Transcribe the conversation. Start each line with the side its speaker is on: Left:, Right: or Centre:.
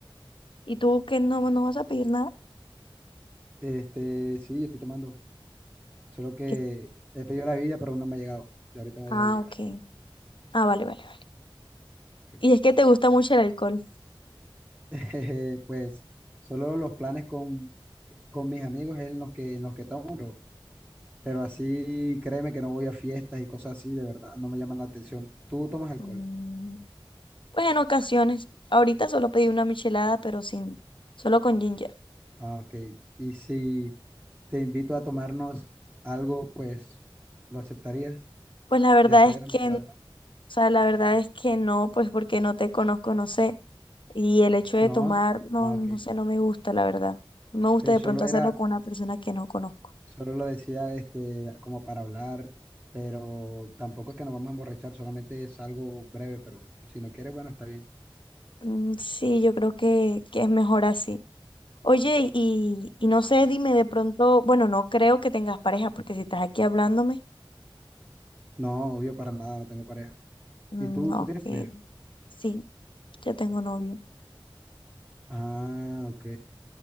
Left: ¿Y tú qué no, no vas a pedir nada?
Right: Este, sí, yo estoy tomando. Solo que
Left: ¿Qué-
Right: he pedido la bebida, pero aún no me ha llegado. Ya ahorita me
Left: Ah,
Right: debe llegar.
Left: ok. Ah, vale, vale, vale.
Right: Ok.
Left: ¿Y es que te gusta mucho el alcohol?
Right: <laughs> pues solo los planes con, con mis amigos es en los que, en los que tomo, pero, pero así créeme que no voy a fiestas y cosas así, de verdad, no me llaman la atención. ¿Tú tomas alcohol?
Left: Mm, Pues en ocasiones. Ahorita solo pedí una michelada, pero sin, solo con ginger.
Right: Ah, ok. Y si te invito a tomarnos algo, pues, ¿lo aceptarías
Left: Pues la verdad
Right: después
Left: es
Right: de
Left: que,
Right: la michelada?
Left: o sea, la verdad es que no, pues porque no te conozco, no sé. Y el hecho de
Right: No.
Left: tomar, no,
Right: Ah,
Left: no
Right: ok.
Left: sé, no me gusta, la verdad. No me gusta
Right: Ok,
Left: de
Right: solo
Left: pronto
Right: era,
Left: hacerlo con una persona que no conozco.
Right: Solo lo decía este, como para hablar, pero tampoco es que nos vamos a emborrachar, solamente es algo breve, pero si no quieres, bueno, está bien.
Left: Mm, Sí, yo creo que, que es mejor así. Oye, y, y no sé, dime de pronto, bueno, no creo que tengas pareja, porque si estás aquí hablándome,
Right: No, obvio, para nada, no tengo pareja.
Left: mm,
Right: ¿Y tú,
Left: ok,
Right: tú tienes pareja?
Left: sí, yo tengo novio. O
Right: Ah, ok.